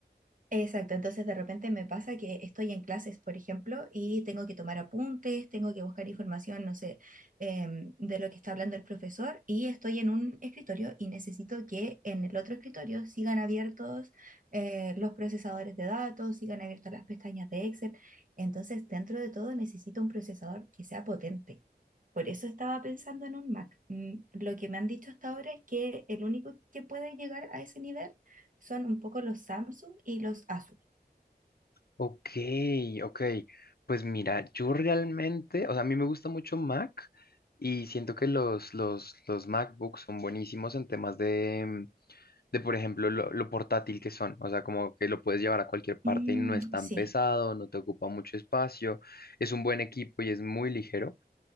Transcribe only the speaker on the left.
Ok, ok. Pues mira, yo realmente, o sea, a mí me gusta mucho Mac y siento que los, los, los MacBooks son buenísimos en temas de, mm, de por ejemplo, lo, lo portátil que son. O sea, como que lo puedes llevar a cualquier parte
y no es tan
pesado, no te ocupa mucho espacio, es un buen equipo y es muy ligero.